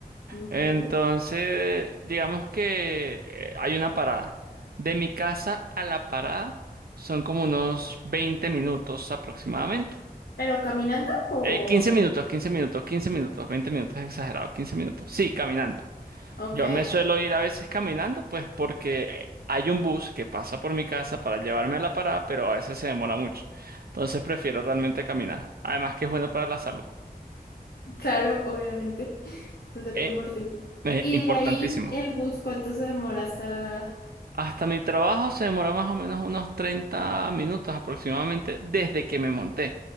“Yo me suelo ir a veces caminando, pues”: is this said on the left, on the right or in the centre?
Right